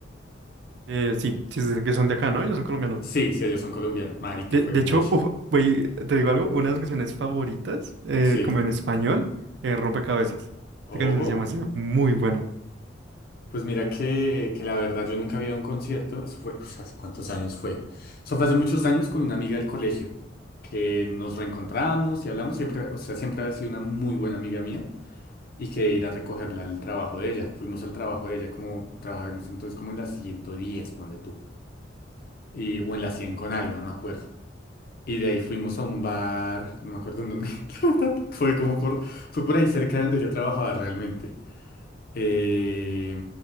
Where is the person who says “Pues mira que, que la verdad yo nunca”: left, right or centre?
Left